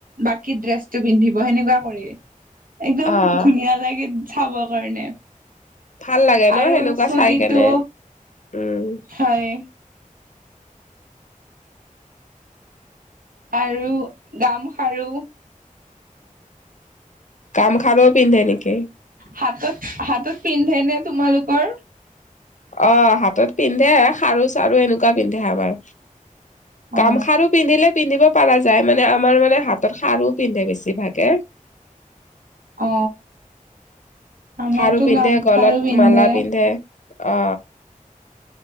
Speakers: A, on the right; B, on the left.
A: বাকী ড্ৰেছটো পিন্ধিব সেনেকুৱা কৰি। একদম
B: অ',
A: ধুনীয়া লাগে চাবৰ কাৰণে।
B: ভাল লাগে ন
A: আৰু
B: সেনেকুৱা
A: চুলিটো
B: চাই কেনে উম।
A: হয় আৰু গামখাৰু।
B: গাম খাৰ পিন্ধে নেকি।
A: হাতত হাতত পিন্ধে নে তোমালোকৰ।
B: অ হাতত পিন্ধে খাৰু চাৰু এনেকুৱা পিন্ধে আমাৰ।
A: অ
B: গামখাৰু পিন্ধিলে। পিন্ধিব পৰা যায় মানে আমাৰ মানে হাতত সাৰো পিন্ধে বেছিভাগে।
A: অ আমাৰতো
B: খাৰু পিন্ধে
A: গাম
B: গলত
A: খাৰু পিন্ধে।
B: মালা অ।